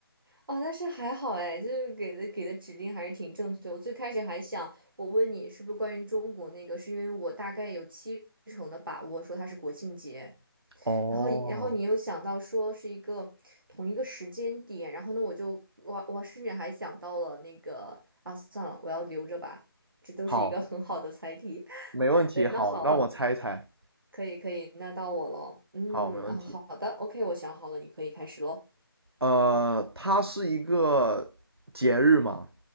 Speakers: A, on the right (about 60°); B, on the right (about 85°).
A: 哦，但是还好哎，就是给的给的指令还是挺正确。我最开始还想，我问你是不是关于中国那个，是因为我大概有七成的把握说它是国庆节，
B: 哦，
A: 然后然后你又想到说是一个同一个时间点，然后呢我就我我甚至还想到了那个啊，算了，我要留着吧，这都是一个很好的猜题。
B: 好，没问题，
A: <laughs> 对，
B: 好，
A: 那好了，
B: 让我猜一猜。
A: 可以可以，那到我了。嗯啊，
B: 好，没问题。
A: 好的，OK，我想好了，你可以开始喽。
B: 呃，它是一个节日嘛？